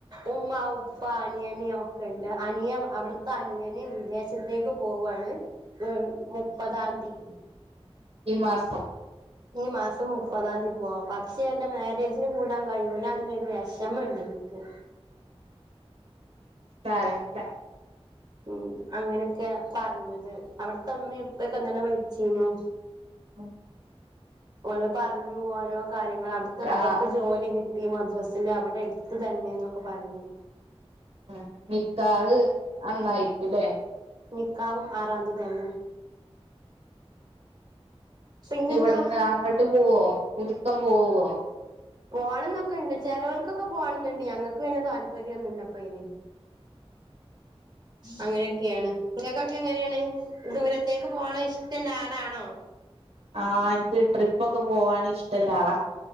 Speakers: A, on the right; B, on the right.
A: ഉമ്മ, ഉപ്പ അനിയന് ഒ ക്കെണ്ട്. അനിയൻ അവിടുത്തെ അനിയന് വിദേശത്തേക്ക് പോവാണ്. മ് മുപ്പതാംതി.
B: ഈ മാസം.
A: ഈ മാസം മുപ്പതാം തീയതി പോവാ. പക്ഷെ എന്റെ മാരേജിന് കൂടാൻ കഴിയൂലാന്നുള്ളൊരു വിഷമോണ്ട് എനിക്ക്.
B: സാരമില്ല.
A: ഉം അങ്ങനെയൊക്കെയാ പറഞ്ഞത്. അവിടുത്തെ ഉമ്മേം ഉപ്പൊയൊക്കെ ഇന്നലെ വിളിച്ചീനു.
B: ഉം
A: ഓലു പറഞ്ഞു ഓരോ കാര്യങ്ങൾ.
B: നിക്കാ
A: അവിടുത്തെ ഉപ്പക്ക് ജോലി കി ട്ടി മദ്രസയില് അവടെ അടുത്ത് തന്നെയെന്നൊക്കെ പറഞ്ഞു.
B: ആഹ് നിക്കാഹ് അന്നായിരിക്കൂലേ.
A: നിക്കാഹും ആറാംതി തന്നെ. പിന്നെന്താ
B: ഇവിടുന്ന് അങ്ങട്ട് പോവോ? പുതുക്കം പോവോ?
A: പോകണം എന്നൊക്കെ ഉണ്ട്. ചിലവൾക്കൊക്കെ പോണംന്നുണ്ട്. ഞങ്ങൾക്ക് പിന്നെ താല്പര്യമൊന്നുമില്ലപ്പ അയ്ന്. അങ്ങനെയൊക്കെയാണ്. നിങ്ങൾക്കൊക്കെ എങ്ങനെയാണ്? ദൂരത്തേക്ക് പോണ ഇഷ് ത്തിൻ്റെ ആളാണോ?
B: ആഹ് എനിക്ക് ട്രിപ്പ് ഒക്കെ പോവാന് ഇഷ്ടൊള്ള ആളാ.